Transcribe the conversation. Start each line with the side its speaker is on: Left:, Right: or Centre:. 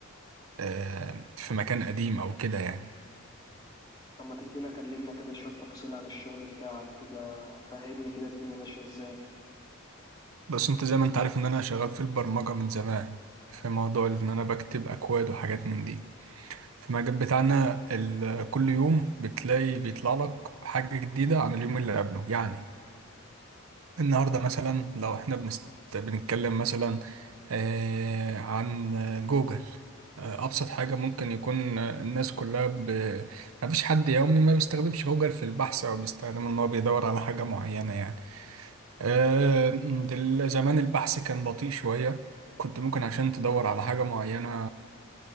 Right: آه، في مكان قديم او كده يعني
Left: طب ما تدينا كلمنا كده شوية تفاصيل عن الشغل بتاعك كده فهمني كده الدنيا ماشية ازاي
Right: بس انت زي ما انت عارف ان انا شغال في البرمجة من زمان في موضوع ان انا بكتب اكواد وحاجات من دي في المجال بتاعنا ال- كل يوم بتلاقي بيطلع لك حاجة جديدة عن اليوم اللي قبله يعني النهاردة مثلا لو احنا بنست... بنتكلم مثلا آه، عن جوجل آه، ابسط حاجة ممكن يكون الناس كلها ب... ما فيش حد يومي ما بيستخدمش جوجل في البحث او بيستخدم ان هو بيدور على حاجة معينة يعني آه، دل- زمان البحث كان بطيء شوية كنت ممكن عشان تدور على حاجة معينة